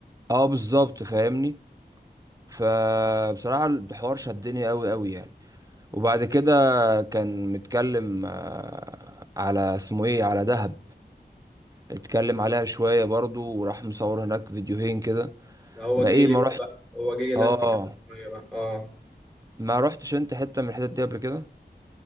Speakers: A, on the right; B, in the centre.
A: اه بالظبط فاهمني فبصراحه الحوار شدني قوي قوي يعني وبعد كده كان متكلم آه، على اسمه ايه على دهب اتكلم عليها شويه برضو وراح مصور هناك فيديوهين كده
B: ده هو
A: ما
B: جه
A: ايه
B: يلف
A: ما رحت
B: بقى هو جه يلف
A: اه
B: كده شوية بقى اه
A: ما رحتش انت حته من الحتت دي قبل كده